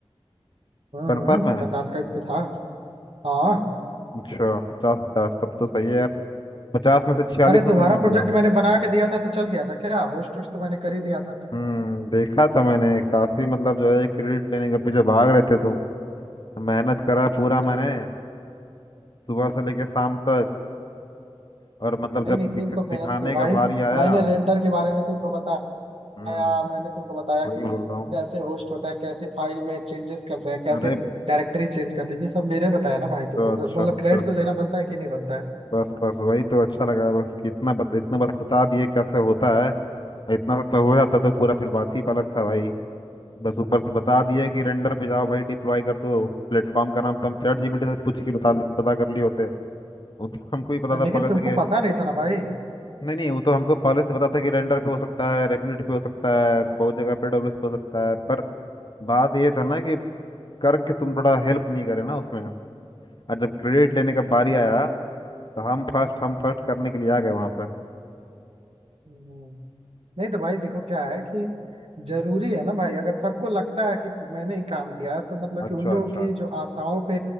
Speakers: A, on the right; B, on the left.
A: हम्म
B: कंफर्म
A: हम्म,
B: है
A: पचास का ही तो था हाँ
B: अच्छा पचास पचास तब तो सही है यार पचास में से छियालीस
A: अरे
B: नंबर
A: तुम्हारा
B: मिल गया
A: प्रोजेक्ट मैंने बना के दिया था तो चल गया था क्या होस्ट वोस्ट तो मैंने कर ही दिया था
B: हम्म देखा था मैंने काफी मतलब जो है क्रेडिट लेने के पीछे भाग रहे थे तुम मेहनत करा पूरा
A: ए,
B: मैंने सुबह से लेके शाम तक और मतलब
A: नहीं
B: जब
A: नहीं तुम
B: दिख,
A: कब
B: दिखाने
A: मेहनत किए भाई
B: का बारी आया
A: मैंने रेंडर के बारे में तुमको बताया
B: हम्म
A: मैंने तुमको बताया कि
B: वही बोल रहा हूँ
A: कैसे होस्ट होता है कैसे फाइल में चेंजेस करते हैं कैसे
B: अरे
A: कैरेक्टर ही चेंज करते हैं ये सब मेरे बताया ना भाई
B: तो
A: तुमको तो
B: अच्छा
A: मतलब
B: अच्छा
A: क्रेडिट
B: अच्छा
A: तो लेना बनता है कि नहीं बनता
B: बस बस वही तो अच्छा लगा बस कि इतना बत, इतना बस बता दिए कैसे होता है और इतना सब हो जाता तो पूरा फिर बात ही अलग था भाई बस ऊपर से बता दिए कि रेंडर पे जाओ भाई डिप्लॉय कर दो प्लेटफॉर्म का नाम तो हम चैट जीपीटी से पूछ के बता पता कर लिए होते वो तो हमको ही पता
A: है
B: था
A: लेकिन
B: पहले
A: तुमको
B: से कि
A: पता नहीं था ना भाई
B: नहीं नहीं वो तो हमको पहले से पता था कि रेंडर पे हो सकता है रेपलिट पे हो सकता है बहुत जगह पे डब्ल्यूएस पे हो सकता है पर बात ये था ना कि करके तुम थोड़ा हेल्प नहीं करे ना उसमें और जब क्रेडिट लेने का
A: हम्म
B: बारी
A: हम्म
B: आया तो हम फर्स्ट हम फर्स्ट
A: हम्म,
B: करने के लिए आ गए वहां पे
A: हम्म। हम्म। नहीं तो भाई देखो क्या है कि जरूरी है ना भाई अगर सबको लगता है कि मैंने ही काम किया तो मतलब
B: अच्छा
A: कि उन लोगों
B: अच्छा
A: की
B: अच्छा
A: जो आशाओं पे